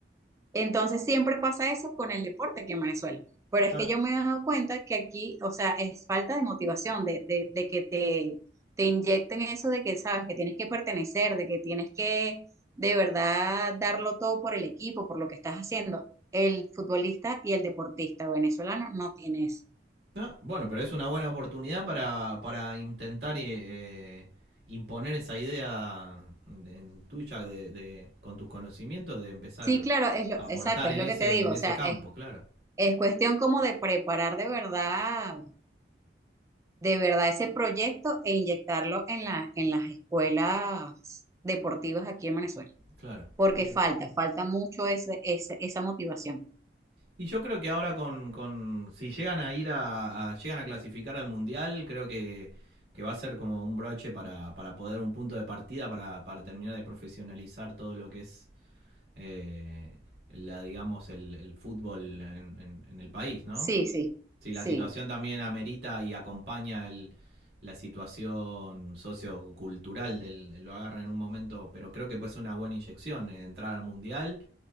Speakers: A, on the right (about 15°); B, on the right (about 65°).
A: Entonces siempre pasa eso con el deporte aquí en Venezuela. Pero es
B: claro.
A: que yo me he dado cuenta que aquí, o sea, es falta de motivación, de, de, de que te, te inyecten eso de que sabes que tienes que pertenecer, de que tienes que de verdad darlo todo por el equipo, por lo que estás haciendo. El futbolista y el deportista venezolano no tiene eso.
B: No, bueno, pero es una buena oportunidad para, para intentar eh, imponer esa idea en tuya de, de- con tus conocimientos de empezar
A: Sí, claro, es lo,
B: a aportar
A: exacto, es
B: en
A: lo
B: ese,
A: que te digo,
B: en ese
A: o sea,
B: campo,
A: es,
B: claro,
A: es cuestión como de preparar de verdad, de verdad ese proyecto e inyectarlo en la, en las escuelas deportivas aquí en Venezuela,
B: claro.
A: porque
B: Qué-
A: falta, falta mucho ese, ese- esa motivación.
B: Y yo creo que ahora con, con si llegan a ir a, a- llegan a clasificar al mundial, creo que, que va a ser como un broche para, para poder un punto de partida para, para terminar de profesionalizar todo lo que es eh, la digamos el, el fútbol en, en- en el país, ¿no?
A: Sí, sí,
B: Sí,
A: sí,
B: la situación también amerita y acompaña el, la situación sociocultural del lo agarran en un momento, pero creo que puede ser una buena inyección eh, entrar al mundial